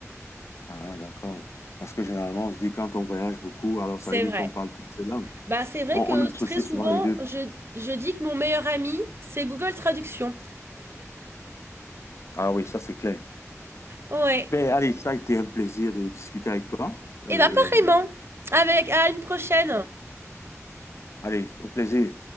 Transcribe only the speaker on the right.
C'est
vrai.
Bah, c'est vrai
que
très souvent,
je, je dis que mon meilleur ami, c'est Google Traduction.
Ouais.
Et bah, pareillement. Avec, à une prochaine.